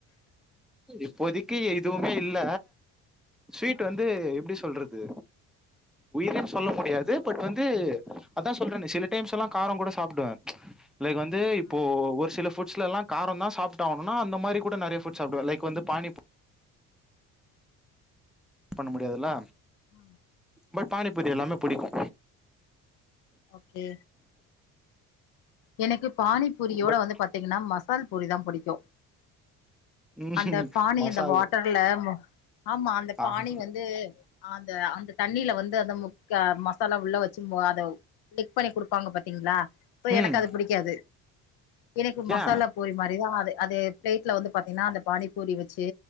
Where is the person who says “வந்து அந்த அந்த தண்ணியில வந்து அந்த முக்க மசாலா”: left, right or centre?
Left